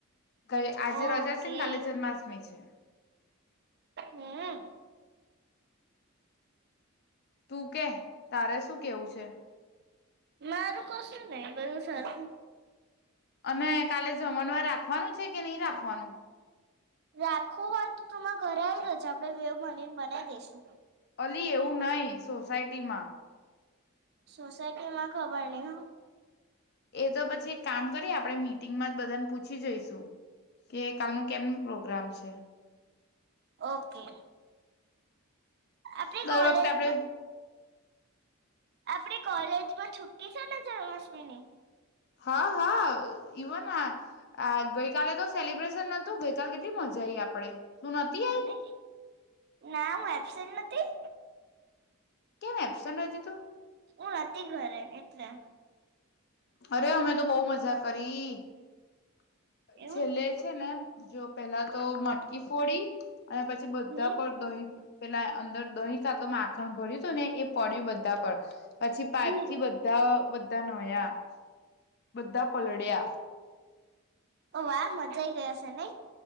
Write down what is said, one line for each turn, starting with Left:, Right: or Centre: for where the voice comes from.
Left: કઈ આજે
Right: ઓકે
Left: રજા છે ને કાલે જન્માષ્ટમી છે.
Right: હમ
Left: તું કે તારે શું કેવું છે.
Right: મારું કો શું નહી બધું સરારું
Left: અને કાલે જમણવાર રાખવાનું છે કે નહી રાખવાનું
Right: રાખું વાત તોમાં ઘરે આવી જજ આપડે બે મલીન બનાવી દઈશું
Left: પલી એવું નહી સોસાયટીમાં
Right: સોસાયટી માં ખબર નહીં હ
Left: એ તો પછી જે કામ કરીએ આપડે મી મીટિંગમાં જ બધાને પૂછી જઈશું કે કાલનું કેમ પ્રો ગ્રામ છે.
Right: ઓકે આપણી
Left: દર
Right: કોલેજ
Left: વખતે આપણે
Right: આપડી કોલેજમાં છુ્ટી છે ને જન્માષ્ટમીની
Left: હ હા ઈવો ના આ ગઈકાલે તો સેલિબ્રેશન તું ગઈતા કેટલી મજા આવીઈ આપડે તું નથી
Right: હા
Left: આઈ
Right: ને ના હું એબસેન્ટ નથી
Left: કેમ એપ્સન્ટ હતી તું
Right: હું નથી ઘરે એટલે
Left: અરે અમે તો બહુ મજા કરી
Right: એવું
Left: છેલ્લે છે ને જો પેલા તો મટકી ફોડી અને પછી બધા
Right: હમ
Left: પણ દહી પેલા અંદર દોહી ત તો માખણ ભરી ને એ પડ્યું બધા પર પછી પાઈપ
Right: હમ
Left: થી બધા તનયા બધા પલળ્યા
Right: ઓ વાહ મજા આય ગય હશે ને.